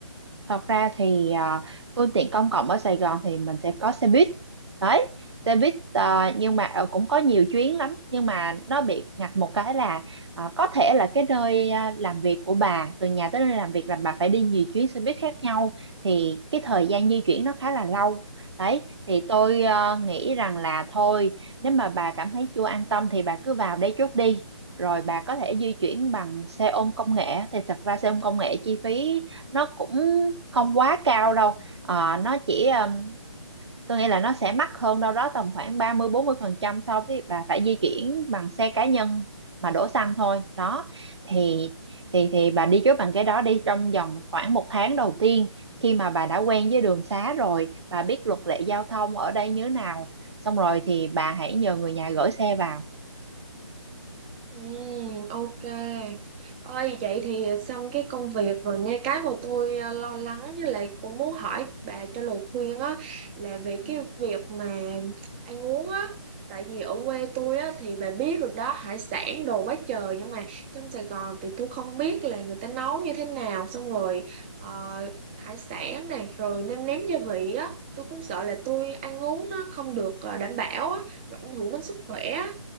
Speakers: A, on the right; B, on the right.
A: thật ra thì à, phương tiện công cộng ở Sài Gòn thì mình sẽ có xe buýt đấy xe buýt à, nhưng mà ờ, cũng có nhiều chuyến lắm nhưng mà nó bị ngặt một cái là à, có thể là cái nơi à, làm việc của bà từ nhà tới nơi làm việc là bà phải đi nhiều chuyến xe buýt khác nhau thì cái thời gian di chuyển nó
B: nhỉ
A: khá là lâu đấy thì tôi à, nghĩ rằng là thôi nếu mà bà cảm thấy chưa an tâm thì bà cứ vào đây trước đi rồi bà có thể di chuyển bằng xe ôm công nghệ thì thật ra xe ôm công nghệ chi phí nó cũng không quá cao đâu Ờ, nó chỉ ừm, tôi nghĩ là nó sẽ mắc hơn đâu đó tầm khoảng ba mươi bốn mươi phần trăm so với bà phải di chuyển bằng xe cá nhân mà đổ xăng thôi đó thì thì thì bà đi trước bằng cái đó đi trong vòng khoảng một tháng đầu tiên khi mà bà đã quen với đường xá rồi bà biết luật lệ giao thông ở đây như thế nào xong rồi thì bà hãy nhờ người nhà gửi xe vào
B: Ừ, ok. Ôi vậy thì xong cái công việc rồi nha. Cái mà tôi ờ, lo lắng với lại cũng muốn hỏi bà cho lời khuyên á là về
A: Ừ.
B: cái việc mà ăn uống á. Tại vì ở quê tôi á thì bà biết rồi đó, hải sản đồ quá trời nhưng mà trong Sài Gòn thì tôi không biết là người ta nấu như thế nào xong rồi ờ, hải sản này rồi nêm nếm gia vị á. Tôi cũng sợ là tôi ăn uống nó không được ờ, đảm bảo á, rồi ảnh hưởng đến sức khỏe á.